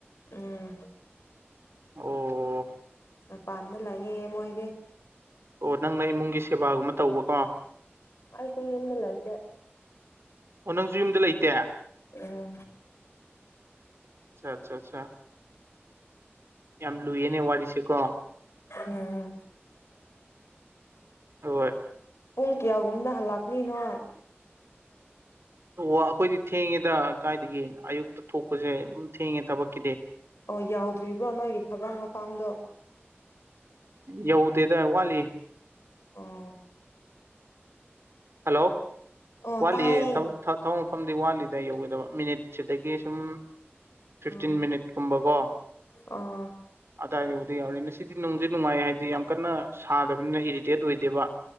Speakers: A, on the left; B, on the right.
A: ꯎꯝ
B: ꯑꯣ
A: ꯃꯄꯥꯟꯗ ꯂꯥꯛꯌꯦ ꯃꯣꯏꯗꯤ
B: ꯑꯣ ꯅꯪꯅ ꯏꯃꯨꯡꯒꯤ ꯁꯦꯕꯥꯒꯨꯝꯕ ꯇꯧꯕꯀꯣ
A: ꯑꯩꯁꯨ ꯌꯨꯝꯗ ꯂꯩꯇꯦ
B: ꯑꯣ ꯅꯪꯁꯨ ꯌꯨꯝꯗ ꯂꯩꯇꯦ
A: ꯎꯝ
B: ꯑꯆꯥ ꯑꯆꯥ ꯌꯥꯝ ꯂꯨꯏꯅꯦ ꯋꯥꯔꯤꯁꯤ ꯀꯣ
A: ꯎꯝ
B: ꯍꯣꯏ
A: ꯄꯨꯡ ꯀꯌꯥꯒꯨꯝꯅ ꯍꯜꯂꯛꯅꯤ ꯅꯣꯢ
B: ꯑꯣ ꯑꯩꯈꯣꯏꯗꯤ ꯊꯦꯡꯉꯦꯗ ꯀꯥꯏꯗꯒꯤ ꯑꯌꯨꯛꯇ ꯊꯣꯛꯄꯁꯦ ꯑꯗꯨꯝ ꯊꯦꯡꯉꯦ ꯊꯕꯛꯀꯤꯗꯤ
A: ꯑꯣ ꯌꯥꯎꯗ꯭ꯔꯤꯕ꯭ꯔꯣ ꯅꯣꯏꯒꯤ ꯊꯕꯛ ꯃꯄꯝꯗꯣ
B: ꯌꯧꯗꯦꯗ ꯋꯥꯠꯂꯤ
A: ꯑꯣ
B: ꯍꯜꯂꯣ
A: ꯑꯣ
B: ꯋꯥꯠꯂꯤꯌꯦ
A: ꯇꯥꯏꯌꯦ
B: ꯊꯕꯛ ꯃꯐꯝꯗꯤ ꯋꯥꯠꯂꯤꯗ ꯌꯧꯒꯗꯕ ꯃꯤꯅꯤꯠ ꯁꯤꯗꯒꯤ ꯁꯨꯝ ꯐꯤꯐꯇꯤꯟ
A: ꯎꯝ
B: ꯃꯤꯅꯤꯠ ꯀꯨꯝꯕꯀꯣ
A: ꯑꯣ
B: ꯥꯏꯗꯥꯏꯕꯨꯗꯤ ꯌꯥꯎꯔꯤꯅꯤ ꯉꯁꯤꯗꯤ ꯅꯨꯡꯗꯤ ꯅꯨꯡꯉꯥꯏ ꯍꯥꯏꯗꯤ ꯌꯥꯝ ꯀꯟꯅ ꯁꯥꯗꯕꯅꯤꯅ ꯏꯔꯤꯇꯦꯠ ꯑꯣꯏꯗꯦꯕ